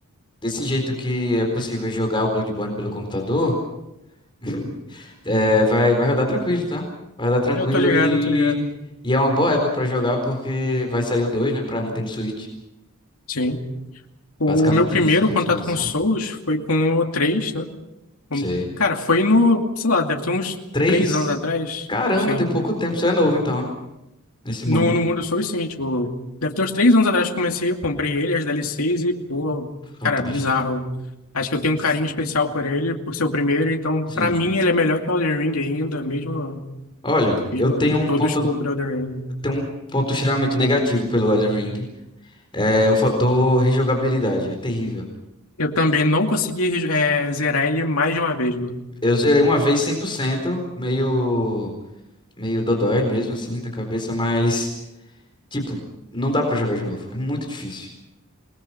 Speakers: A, on the left; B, on the left.
A: desse jeito que é possível jogar o Bloodborne pelo computador, <laughs> é, vai, vai rodar tranquilo, tá? Vai rodar tranquilo
B: Eu tô ligado,
A: e,
B: eu tô ligado.
A: e é uma boa época pra jogar porque vai sair o 2, né? Pra Nintendo Switch.
B: Sim. O
A: Basicamente
B: meu primeiro
A: isso, a continuação.
B: contato com Souls foi com o três né? Com-
A: Você...
B: Cara, foi no, sei lá, deve ter uns
A: 3.
B: 3 anos atrás.
A: Caramba,
B: Sim.
A: tem pouco tempo. Você é novo, então, nesse
B: No,
A: mundo
B: no mundo Souls, sim, tipo, deve ter uns 3 anos atrás que comecei, eu comprei ele, as DLCs e, pô,
A: fantástico.
B: cara, bizarro. Acho que eu tenho um carinho especial por ele, por ser o primeiro, então,
A: Sim.
B: pra mim, ele é melhor que o Elden Ring ainda, mesmo,
A: Olha,
B: mesmo
A: eu tenho um
B: todo
A: ponto,
B: o escopo do Elden Ring.
A: tenho um ponto extremamente negativo pelo Elden Ring. É o fator rejogabilidade, é terrível.
B: Eu também não consegui, eh, zerar ele mais de uma vez, mano.
A: Eu zerei uma vez 100%, meio meio dodói mesmo assim da cabeça, mas tipo, não dá pra jogar de novo. É muito difícil,